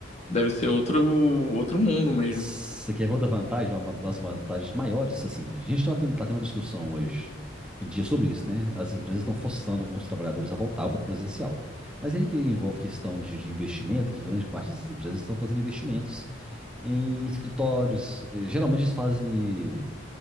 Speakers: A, on the left; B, in the centre.
A: deve ser outro, outro mundo mesmo.
B: Você quer ver outra vantagem, uma van- das vantagens maiores? Assim, a gente tá tendo, tá tendo uma discussão hoje em dia sobre isso, né? As empresas estão forçando alguns trabalhadores a voltar para o presencial. Mas aí que envolve questão de, de investimento, que grande parte dessas empresas estão fazendo investimentos em escritórios. Eh, Geralmente eles fazem